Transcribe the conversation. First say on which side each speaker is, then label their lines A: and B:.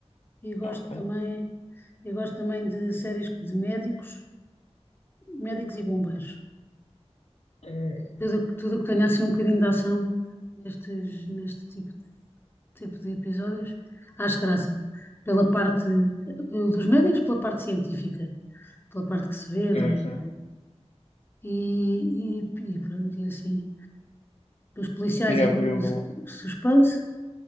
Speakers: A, on the left; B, on the left.
A: E
B: ok.
A: gosto também, eu gosto também de séries de médicos, médicos e bombeiros.
B: Hum,
A: Tudo tudo o que tenha assim um bocadinho de ação nestes, neste tipo, tipo de episódios, acho graça. Pela parte eh, dos médicos, pela parte científica, pela parte que se vê,
B: sim,
A: de-
B: sim.
A: de- e, e, e pronto, e assim. Os policiais
B: E já
A: é
B: viu.
A: pelo su- suspense,